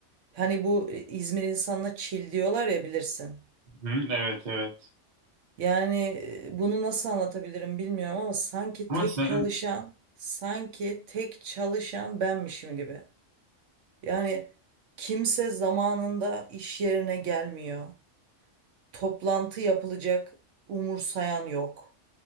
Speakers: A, on the right (about 80°); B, on the right (about 40°).
A: Hani bu e, İzmir insanına çil diyorlar ya bilirsin.
B: hı hı, evet, evet.
A: Yani e, bunu nasıl anlatabilirim bilmiyorum ama sanki
B: Ama
A: tek
B: sen
A: çalışan, sanki tek çalışan benmişim gibi. Yani kimse zamanında iş yerine gelmiyor. Toplantı yapılacak umursayan yok.